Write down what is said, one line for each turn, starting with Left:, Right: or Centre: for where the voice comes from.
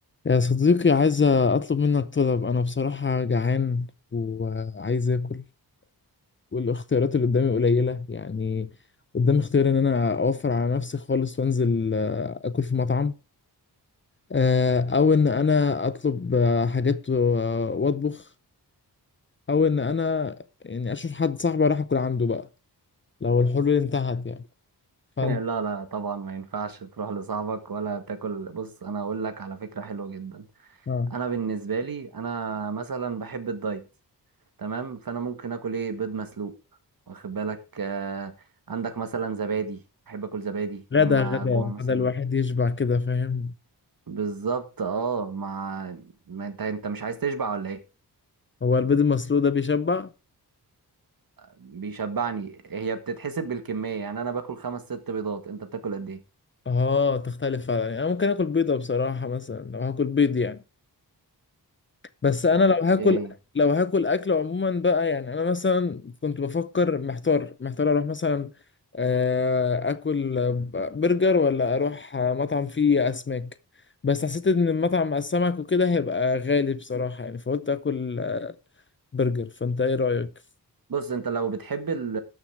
Left: يا صديقي عايز أطلب منك طلب أنا بصراحة جعان وعايز آكل والاختيارات اللي قدامي قليلة يعني قدامي اختيار إن أنا أوفر على نفسي خالص وأنزل آه، آكل في مطعم آه، أو إن أنا أطلب آه، حاجات و- وأطبخ أو إن أنا يعني أشوف حد صاحبي أروح آكل عنده بقى لو الحلول انتهت يعني
Right: <laughs>
Left: فأنت
Right: لا لا طبعا ما ينفعش تروح لصاحبك ولا تاكل بص انا اقول لك على فكره حلوه جدا
Left: آه
Right: انا بالنسبه لي انا مثلا بحب الدايت تمام فانا ممكن اكل ايه بيض مسلوق واخد بالك آه عندك مثلا زبادي بحب اكل زبادي
Left: غدا
Right: لما
Left: غدا
Right: جوع مثلا
Left: غدا الواحد يشبع كده فاهم
Right: بالظبط اه مع ما انت انت مش عايز تشبع ولا ايه
Left: هو البيض المسلوق ده بيشبع
Right: بيشبعني هي بتتحسب بالكميه يعني انا باكل خمس ست بيضات انت بتاكل قد ايه
Left: اه تختلف فعلا يعني انا ممكن اكل بيضة بصراحة مثلا لو هاكل بيض يعني بس انا
Right: اوكي
Left: لو هاكل لو هاكل اكل عموما بقى يعني انا مثلا كنت بفكر محتار محتار اروح مثلا آه، اكل برجر ولا اروح مطعم فيه اسماك بس حسيت ان المطعم مع السمك وكده هيبقى غالي بصراحة يعني فقلت اكل برجر فانت ايه رأيك
Right: بص انت لو بتحب ال